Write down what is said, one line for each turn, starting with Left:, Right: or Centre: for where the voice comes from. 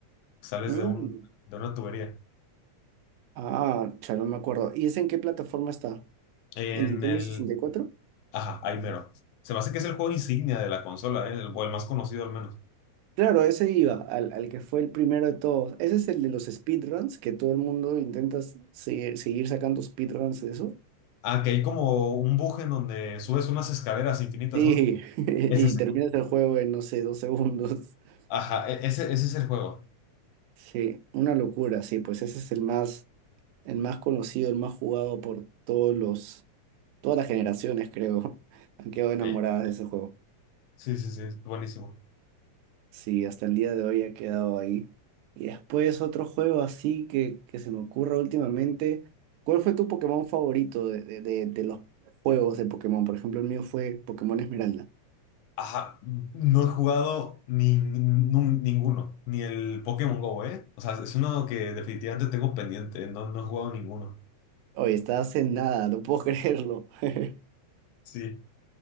Left: sales
Right: Mm.
Left: de un, de una tubería.
Right: Ah, ya no me acuerdo. ¿Y ese en qué plataforma está?
Left: En
Right: ¿En Nintendo
Left: el,
Right: sesenta y cuatro?
Left: ajá, ahí mero. Se me hace que es el juego insignia de la consola, eh, el- o el más conocido al menos.
Right: Claro, ese iba, al, al que fue el primero de todos. Ese es el de los speedruns, que todo el mundo intenta se- seguir, sacando speedruns de eso.
Left: Ah, que hay como un buje en donde subes unas escaleras infinitas,
Right: Sí,
Left: ¿no?
Right: <laughs> y
Left: Es ese.
Right: terminas el juego en, no sé, dos segundos. <laughs>
Left: Ajá, e- ese, ese es el juego.
Right: Sí, una locura, sí, pues ese es el más... el más conocido, el más jugado por todos los, todas las generaciones, creo, <laughs> han quedado enamoradas
Left: Ok.
Right: de ese juego.
Left: Sí, sí, sí, es buenísimo.
Right: Sí, hasta el día de hoy ha quedado ahí. Y después otro juego así que, que se me ocurra últimamente. ¿Cuál fue tu Pokémon favorito de, de- de- de los juegos de Pokémon? Por ejemplo, el mío fue Pokémon Esmeralda.
Left: Ajá, no he jugado ni, nun- ninguno, ni el Pokémon Go, ¿eh? O sea, es uno que definitivamente tengo pendiente, no, no he jugado ninguno.
Right: Oye, estás en nada, no puedo <laughs> creerlo. <laughs>
Left: Sí.